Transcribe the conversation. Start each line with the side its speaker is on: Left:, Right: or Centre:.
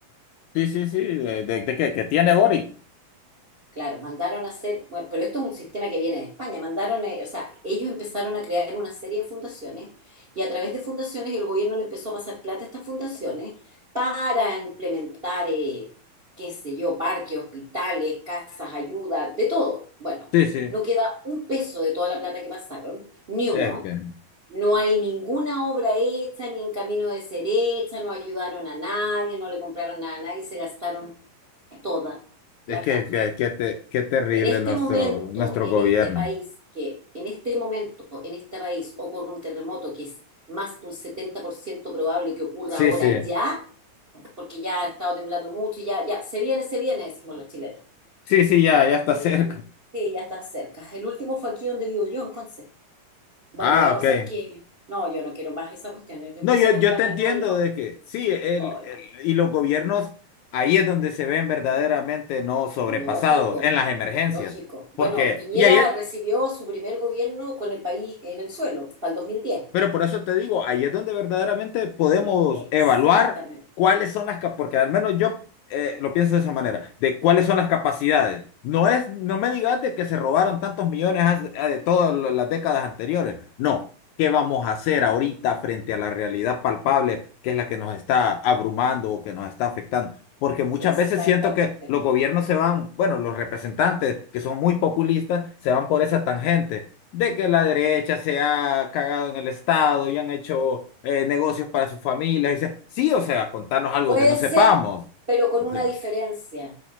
Left: sí, sí, sí, de, de, de que, que tiene Boric.
Right: Claro, mandaron a hacer, bueno, pero esto es un sistema que viene de España, mandaron, eh, o sea, ellos empezaron a crear una serie de fundaciones y a través de fundaciones el gobierno le empezó a pasar plata a estas fundaciones para implementar, eh, qué sé yo, parques, hospitales, casas, ayuda, de todo. Bueno,
Left: Sí, sí.
Right: no queda un peso de toda la plata que pasaron, ni uno.
Left: Es que.
Right: No hay ninguna obra hecha, ni en camino de ser hecha, no ayudaron a nadie, no le compraron nada a nadie, se gastaron toda
Left: Es
Right: la
Left: que,
Right: plata.
Left: que, que te- qué terrible
Right: En este
Left: nuestro,
Right: momento,
Left: nuestro
Right: en
Left: gobierno.
Right: este país, que en este momento, en este país ocurre un terremoto que es más de un 70% probable que ocurra
Left: Sí,
Right: ahora
Left: sí,
Right: ya, porque ya ha estado temblando mucho, ya, ya, se viene, se viene, decimos los chilenos.
Left: sí, sí, ya, ya está
Right: Y
Left: cerca.
Right: sí, ya está cerca. El último fue aquí donde vivo yo, entonces. Bueno,
Left: Ah,
Right: la cosa
Left: ok.
Right: es que, no, yo no quiero más esa cuestión. Y Empieza
Left: No, yo,
Right: a
Left: yo
Right: temblar
Left: te
Right: de
Left: entiendo
Right: nuevo, yo,
Left: de que sí, el,
Right: oh, no.
Left: el- y los gobiernos, ahí es donde se ven verdaderamente no sobrepasados,
Right: Lógico,
Left: en las emergencias.
Right: lógico. Bueno,
Left: Porque,
Right: Piñera
Left: y ahí,
Right: recibió su primer gobierno con el país en el suelo, para el 2010.
Left: Pero por eso te digo, ahí es donde verdaderamente podemos
Right: Exactamente,
Left: evaluar cuáles son las, cap- porque al menos yo eh, lo pienso de esa manera, de cuáles son las capacidades. No es, no me digas de que se robaron tantos millones hace- eh, de todas la- las décadas anteriores. No, ¿qué vamos a hacer ahorita frente a la realidad palpable que es la que nos está abrumando o que nos está afectando? Porque muchas
Right: exactamente.
Left: veces siento que los gobiernos se van, bueno, los representantes que son muy populistas se van por esa tangente de que la derecha se ha cagado en el Estado y han hecho eh, negocios para sus familias. Y se- sí, o sea, contarnos algo
Right: Puede
Left: que no sepamos.
Right: ser, pero con
Left: O
Right: una
Left: sea,
Right: diferencia,